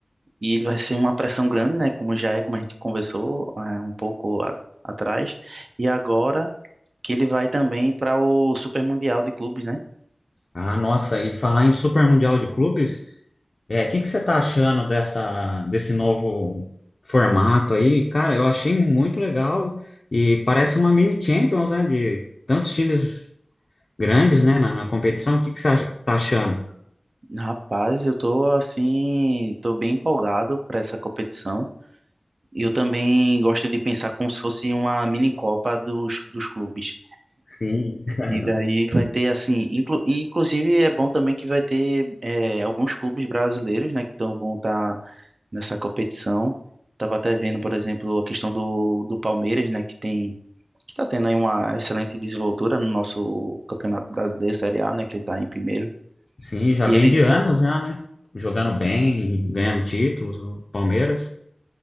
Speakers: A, on the right; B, on the left.
A: e ele vai ser uma pressão grande, né, como já é, como a gente conversou, é, um pouco a- atrás, e agora que ele vai também para o Super Mundial de Clubes, né?
B: Ah, nossa, e falar em Super Mundial de Clubes. É, o que que você tá achando dessa, desse novo formato aí? Cara, eu achei muito legal e parece uma mini Champions, né? De tantos times grandes, né, na, na competição. O que que você acha- tá achando?
A: Rapaz, eu tô assim, tô bem empolgado para essa competição. Eu também gosto de pensar como se fosse uma mini Copa dos, dos clubes.
B: Sim. <laughs>
A: E daí vai ter assim, inclu, e inclusive é bom também que vai ter é, alguns clubes brasileiros, né, que tão, vão estar nessa competição. Tava até vendo, por exemplo, a questão do, do Palmeiras, né, que tem que está tendo aí uma excelente desenvoltura no nosso Campeonato Brasileiro Série A, né, que ele está em primeiro
B: Sim, já
A: E
B: vem
A: ele,
B: de anos já, né? Jogando bem, ganhando títulos, o Palmeiras.